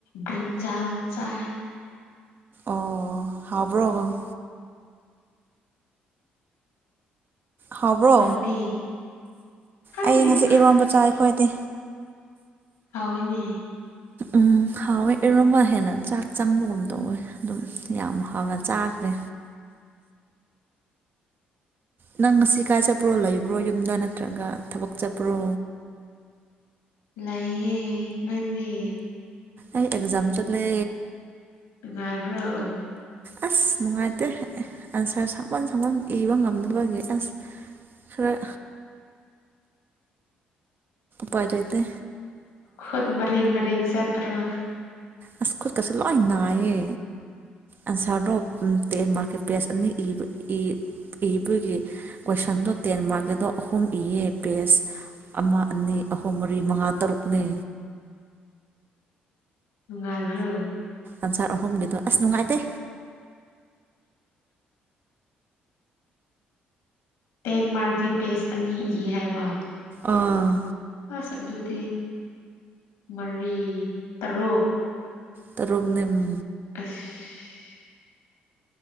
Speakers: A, on the left; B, on the right.
A: ꯭ꯔꯤꯟꯖꯜ ꯆꯥꯏ
B: ꯑꯣ ꯍꯕ꯭ꯔꯣ ꯍꯕ꯭ꯔꯣ
A: ꯅꯪꯗꯤ ꯈꯪꯗꯦꯗ
B: ꯑꯩ ꯉꯁꯦ ꯏꯔꯝꯕꯆꯥ ꯐꯣꯏꯗ
A: ꯌꯥꯑꯣꯣꯏꯅꯤ
B: ꯎꯝ ꯍꯥꯎꯋꯦ ꯏꯔꯣꯟꯝꯕ ꯍꯦꯟꯅ ꯆꯥꯛ ꯆꯪꯕꯒꯨꯝ ꯇꯧꯋꯦ ꯑꯗꯨꯝ ꯌꯥꯝ ꯍꯥꯎꯅ ꯆꯥꯈ꯭ꯔꯦ ꯅꯪ ꯉꯁꯤ ꯀꯥꯏ ꯆꯠꯄ꯭ꯔꯣ ꯂꯩꯕ꯭ꯔꯣ ꯌꯨꯝꯗ ꯅꯠꯇ꯭ꯔꯒ ꯊꯕꯛ ꯆꯠꯄ꯭ꯔꯣ
A: ꯂꯩꯌꯦ ꯅꯪꯒꯦ
B: ꯑꯦꯛꯖꯥꯝꯄꯜꯦ
A: ꯉꯥꯏꯕ꯭ꯔꯣ
B: ꯑꯁ ꯅꯨꯡꯉꯥꯏꯇꯦ ꯑꯟꯁꯥꯔ ꯁꯛꯃꯟ ꯁꯃꯟ ꯏꯕ ꯉꯝꯗꯅꯕꯒꯤ ꯑꯁ ꯈꯔ ꯄꯥꯏꯖꯗꯦ
A: ꯈꯨꯠ ꯃꯔꯤꯦꯡ ꯃꯔꯤꯦꯡ ꯆꯠꯠꯇ꯭ꯔꯣ
B: ꯑꯁ ꯈꯨꯠꯀꯁꯦ ꯂꯣꯏ ꯅꯥꯏꯌꯦ ꯑꯟꯁꯥꯔꯗꯣ ꯇꯦꯟ ꯃꯥꯔꯛꯀꯤ ꯄꯦꯖ ꯑꯅꯤ ꯏꯕ ꯏꯕꯒꯤ ꯀꯣꯏꯁꯟꯗꯣ ꯇꯦꯟ ꯃꯥꯔꯛꯀꯤꯗꯣ ꯑꯍꯨꯝ ꯏꯌꯦ ꯄꯦꯖ ꯑꯃ ꯑꯅꯤ ꯑꯍꯨꯝ ꯃꯔꯤ ꯃꯉꯥ ꯇꯔꯨꯛꯅꯤ
A: ꯅꯨꯡꯉꯥꯏꯕ꯭ꯔꯣ
B: ꯑꯁꯥꯔ ꯑꯍꯨꯝꯒꯤꯗꯣ ꯑꯁ ꯅꯨꯡꯉꯥꯏꯇꯦ
A: ꯇꯦꯟꯃꯔꯛꯀꯤ ꯄꯦꯖ ꯑꯅꯤ ꯏ ꯍꯥꯏꯕ
B: ꯑꯥ
A: ꯑꯁ ꯑꯗꯨꯗꯤ ꯃꯔꯤ ꯇꯔꯨꯛ
B: ꯇꯔꯣꯒꯅꯤ ꯎꯝ
A: ꯑꯁ